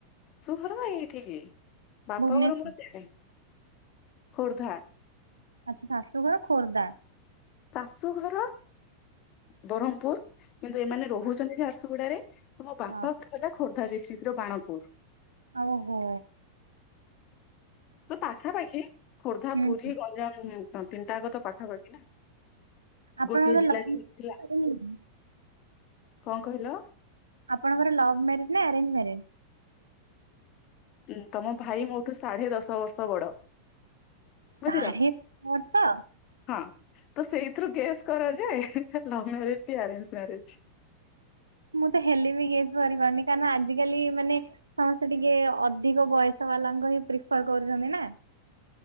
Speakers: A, on the left; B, on the right.
A: ଘର ବା ଏଇଠି ବାପା
B: ଭୁବନେଶ୍ୱର
A: ଘର ମୋର ସିଆଡେ ଖୋର୍ଦ୍ଧା।
B: ଆଚଛା ଶାଶୁଘର ଖୋର୍ଦ୍ଧା।
A: ଶାଶୁଘର ବ୍ରରହମପୁର କିନ୍ତୁ ଏମାନେ ରହୁଛନ୍ତି ସ ଝାରସୁଗୁଡାରେ ମୋ
B: ଆଚ୍ଛା
A: ବାପାଘର ଖୋର୍ଦ୍ଧା ଡିଷ୍ଟ୍ରିଟ ର ବାଣପୁର।
B: ଓହୋ।
A: ତ ପାଖାପାଖି ଖୋର୍ଦ୍ଧା,
B: ହୁଁ
A: ପୁରୀ, ଗଞ୍ଜାମ ତିନିଟା ଯାକ ତ ପାଖାପାଖି ନା।
B: ଆପଣଙ୍କର
A: ଗୋଟିଏ ଜିଲ୍ଲାରେ
B: ଲଭ୍ ମ୍ୟାରେଜ
A: ହେଇଥିଲା
B: କରିନାହାନ୍ତି?
A: କଣ କହିଲ?
B: ଆପଣଙ୍କର ଲଭ ମ୍ୟାରେଜ ନା ଆରେଞ୍ଜ ମ୍ୟାରେଜ?
A: ହଁ ତମ ଭାଇ ମୋଠୁ ସାଢେ ଦଶ ବର୍ଷ ବଡ।
B: ସାଢେ
A: ବୁଝିଲ
B: ଦଶ ବର୍ଷ
A: ହଁ ତ ସେଇଥିରୁ ଗେସ୍ କର ଯେ ଲଭ୍ ମ୍ୟାରେଜ୍ କି ଆରେଞ୍ଜ ମ୍ୟାରେଜ୍?
B: ମୁଁ ତ ହେଲି ବି ଗେସ୍ କରି ପାରୁନି କାରଣ ଆଜିକାଲି ମାନେ ସମସ୍ତେ ଟିକେ ଅଧିକ ବୟସ ବାଲା ଙ୍କୁହିଁ ପ୍ରିଫର କରୁଛନ୍ତି ନା।